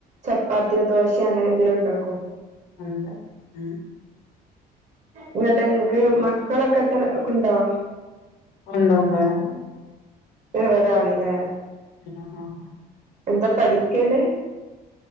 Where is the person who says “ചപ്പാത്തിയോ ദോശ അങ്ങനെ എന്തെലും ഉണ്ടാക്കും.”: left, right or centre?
Right